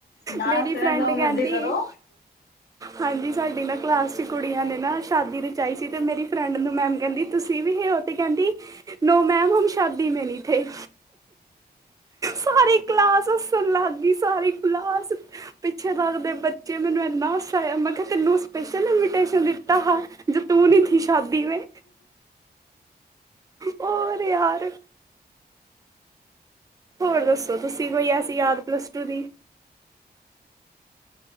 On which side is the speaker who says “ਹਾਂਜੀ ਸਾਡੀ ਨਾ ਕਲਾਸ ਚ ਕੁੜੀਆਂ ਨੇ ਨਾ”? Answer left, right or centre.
Right